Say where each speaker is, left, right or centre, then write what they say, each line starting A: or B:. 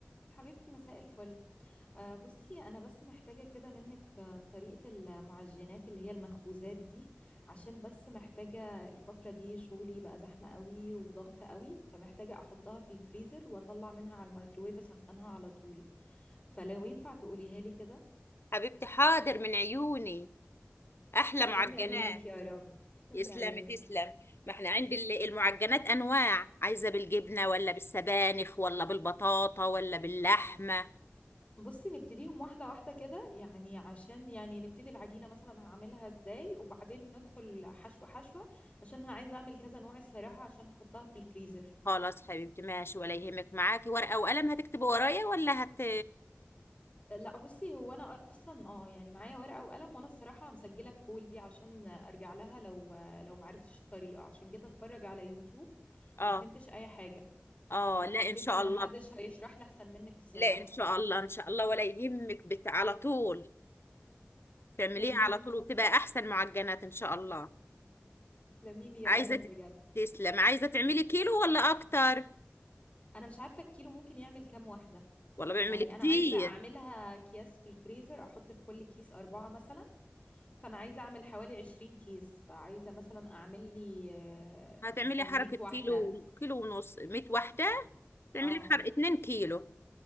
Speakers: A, on the left; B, on the left.
A: حبيبتي مساء الفل آه، بصي انا بس محتاجه كده منك آه، طريقه المعجنات اللي هي المخبوزات دي عشان بس محتاجه الفتره دي شغلي بقى زحمه قوي وضغط قوي فمحتاجه احطها في الفريزر واطلع منها على الميكروويف اسخنها على طول فلو ينفع تقوليها لي كده
B: حبيبتي حاضر من عيوني احلى
A: تسلم
B: معجنات
A: لي عيونك يا رب تسلم
B: يسلم
A: لي عيونك
B: تسلم ما احنا عند ال- المعجنات انواع عايزه بالجبنه ولا بالسبانخ ولا بالبطاطا ولا باللحمه
A: بصي نبتديهم واحدة واحدة كده يعني عشان يعني نبتدي العجينة مثلا هعملها ازاي وبعدين ندخل حشوة حشوة عشان انا عايزة اعمل كذا نوع الصراحة عشان هحطها في الفريزر
B: خلاص حبيبتي ماشي ولا يهمك معاكي ورقة وقلم هتكتبي ورايا ولا هت
A: آه، لا بصي هو انا اصلا اه يعني معايا ورقة وقلم وانا الصراحة مسجلة الكول دي عشان ارجع لها لو لو معرفتش الطريقة عشان جيت اتفرج على يوتيوب
B: اه
A: ما فهمتش اي حاجة
B: اه
A: فحسيت
B: لا ان شاء
A: ان
B: الله
A: محدش هيشرح لي احسن منك الصراحة
B: لا ان شاء الله ان شاء الله ولا يهمك بت... على طول تعمليه
A: تسلميلي
B: على طول وبتبقى احسن معجنات ان شاء الله
A: تسلميلي يا
B: عايزة
A: قمر
B: ت-
A: بجد
B: تسلم عايزة تعملي كيلو ولا اكتر
A: انا مش عارفة الكيلو ممكن يعمل كام واحدة
B: ولا بعمل
A: يعني
B: كتير
A: انا عايزه اعملها اكياس في الفريزر احط في كل كيس اربعه مثلا فانا عايزه اعمل حوالي 20 كيس فعايزه مثلا اعمل لي آه،
B: هتعملي
A: مثلا
B: حركة
A: 100
B: كيلو
A: واحده
B: كيلو ونص 100 واحدة تعملي
A: اه
B: بحر 2 كيلو